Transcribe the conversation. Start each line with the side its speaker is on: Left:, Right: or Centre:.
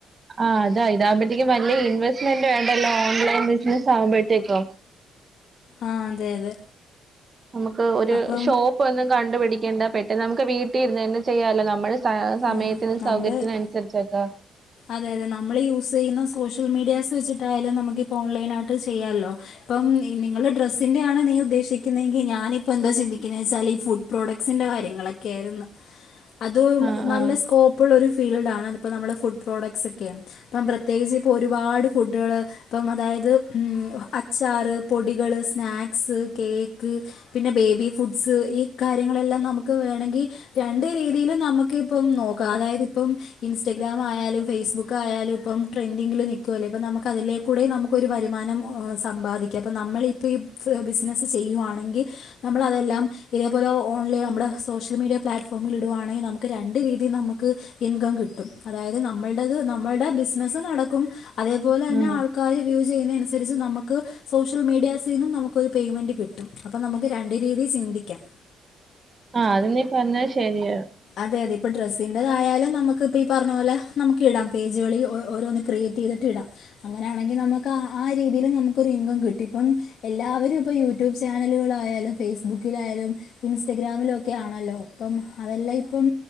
Right: ആഹ് ഇതാകുമ്പഴത്തേക്കും നല്ല ഇൻവെസ്റ്റ്മെന്റ് വേണ്ടല്ലോ ഓൺലൈൻ ബിസിനസ് ആവുമ്പോയ്ത്തേക്കും
Left: ആഹ് അതെ അതെ
Right: നമുക്ക് ഒരു
Left: അപ്പം
Right: ഷോപ്പ് ഒന്നും കണ്ടുപിടിക്കേണ്ട പെട്ടൊന്ന് നമുക്ക് വീട്ടീ ഇരുന്ന് തന്നെ ചെയ്യാലോ നമ്മള് ച്ച സമയത്തിനും
Left: ആഹ് നമ്മള്
Right: സൗകര്യത്തിനും അനുസരിച്ചൊക്കെ.
Left: അതെ അതെ നമ്മള് യൂസ് ചെയ്യുന്ന സോഷ്യൽ മീഡിയാസ് വെച്ചിട്ടായാലും നമുക്കിപ്പോ ഓൺലൈൻ ആയിട്ട് ചെയ്യാലോ ഇപ്പം നിങ്ങള് ഡ്രസ്സിന്റെ ആണ് നീ ഉദ്ദേശിക്കുന്നെങ്കി ഞാനിപ്പോൾ എന്താ ചിന്തിക്കുന്ന വെച്ചാല് ഈ ഫുഡ് പ്രോഡക്സിന്റെ കാര്യങ്ങളൊക്കെ ആയിരുന്നു. അതും
Right: ആ
Left: നല്ല
Right: ആ
Left: സ്കോപ്പ് പ്പുള്ളൊരു ഫീൽഡാണ് ഇപ്പം നമ്മള് ഫുഡ് പ്രൊഡക്സ്ഒക്കെ അപ്പം പ്രത്യേകിച്ച് ഇപ്പൊ ഒരുപാട് ഫുഡുകള് ഇപ്പം അതായത് അച്ചാറ്, പൊടികള്, സ്നാക്സ്, കേക്ക് പിന്നെ ബേബി ഫുഡ്സ് ഈ കാര്യങ്ങളെല്ലാം നമുക്ക് വേണങ്കി രണ്ട് രീതീലും നമുക് ക്ക് ഇപ്പം നോക്കാം അതായത് ഇപ്പം ഇൻസ്റ്റാഗ്രാം ആയാലും ഫേസ്ബുക്ക് ആയാലും ഇപ്പം ട്രെൻറ്റിംഗിൽ നി ക്കൂഅല്ലേ അപ്പം നമുക്ക് അതിലേക്കൂടെ നമുക്കൊര വരുമാനം സമ്പാദിക്കാം അപ്പം നമ്മളിപ്പ ഈ ബിസിനസ്സ് ചെയ്യുവായാണെങ്കി നമ്മളതെല്ലാം ഇതേപോലെ ഓൺലൈ നമ്മുടെ സോഷ്യൽ മീഡിയ പ്ലാറ്റ്ഫോമിലിടുവാണെങ്കി നമുക്ക് രണ്ട് രീതീ നമുക്ക് ഇൻകം കിട്ടും അതായത് നമ്മൾ ത് നമ്മുടെ ബിസിനസ് നടക്കും അതേപോലെ തന്നെ
Right: ആ
Left: ആൾ ക്കാര് വ്യൂ ചെയ്യുന്നതിനനുസരിച്ച് നമുക്ക് സോഷ്യൽമീഡിയാസീന്നും നമുക്കൊരു പേയ്മെന്റ് കിട്ടും. അപ്പം നമുക്ക് രണ്ടു രീതി സിന്തിക്കാം
Right: ആഹ് അത് നീ പറഞ്ഞത് ശരിയാ
Left: അതെ അതെ ഇപ്പൊ ഡ്രസ്സിൻന്റെതായാലും നമുക്ക് ഇപ്പ ഈ പറഞ്ഞപോലെ നമുക്ക് ഇടാം പേജുകളിൽ ഓ ഓരോന്ന് ക്രിയേറ്റ് ചെയ്തിട്ട് ഇടാം. അങ്ങനെയാണെങ്കി നമുക്ക് ആആ രീതീലും നമുക്കൊരു ഇൻകം കിട്ടി ഇപ്പം എല്ലാവരും ഇപ്പൊ യൂട്യൂബ് ചാനലുകളായാലും ഫേസ്ബുക്കിലായാലും ഇൻസ്റ്റഗ്രാമിലൊക്കെ ആണല്ലോ ഇപ്പം അതെല്ലാം ഇപ്പം